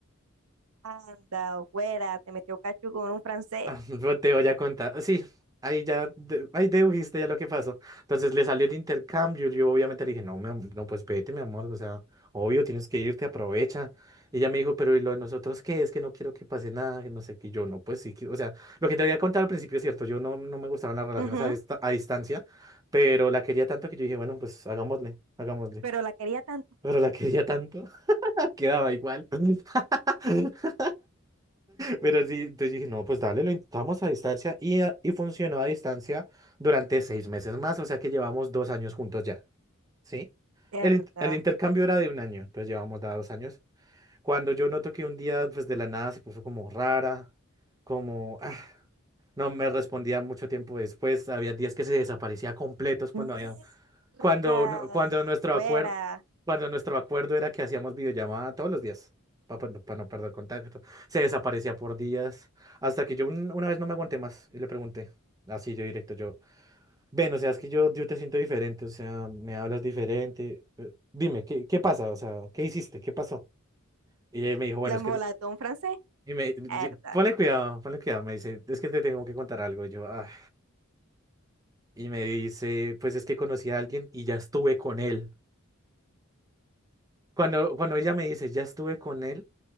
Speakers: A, on the right (about 85°); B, on the right (about 15°).
A: Anda, fuera, te metió cacho con un francés.
B: Ah, <laughs> no Te voy a contar. Sí, ahí ya, de- ahí dedujiste ya lo que pasó. Entonces le salió el intercambio. Yo obviamente le dije, no, mi am- no, pues vete, mi amor. O sea, obvio, tienes que irte, aprovecha. Y ella me dijo, pero ¿y lo de nosotros qué? Es que no quiero que pase nada, que no sé qué. Y Yo no, pues sí, que- o sea, lo que te había contado al principio es cierto. Yo no, no me gustaban las relaciones
A: Ujú,
B: a, dista- a distancia, pero la quería tanto que yo dije, bueno, pues hagámosle, hagámosle.
A: Pero la quería tanto.
B: Pero la quería tanto, <laughs> quedaba igual. <laughs> Pero sí, entonces dije, no, pues dale, lo intentamos a distancia y, a- y funcionó a distancia durante seis meses más, o sea que llevamos dos años juntos ya, ¿sí?
A: Herda.
B: El, in- el intercambio era de un año, entonces llevamos ya dos años. Cuando yo noto que un día, pues de la nada se puso como rara, como, ah, no me respondía mucho tiempo después, había días que se desaparecía completos cuando
A: Mierda.
B: había, cuando, nu- cuando nuestro
A: Fuera.
B: acuerdo, cuando nuestro acuerdo era que hacíamos videollamada todos los días, para, no perder contacto. Se desaparecía por días, hasta que yo un- una vez no me aguanté más y le pregunté, así yo directo, yo, ven, o sea, es que yo, yo te siento diferente, o sea, me hablas diferente. eh, Dime, ¿qué, qué pasa? O sea, ¿qué hiciste? ¿Qué pasó? Y ella me dijo, bueno,
A: La embolató
B: es que... te-".
A: un francés.
B: Y me, y-
A: Herda.
B: ponle cuidado, ponle cuidado, me dice, es que te tengo que contar algo. Y yo, "Ah". Y me dice, pues es que conocí a alguien y ya estuve con él. Cuando, cuando ella me dice, ya estuve con él,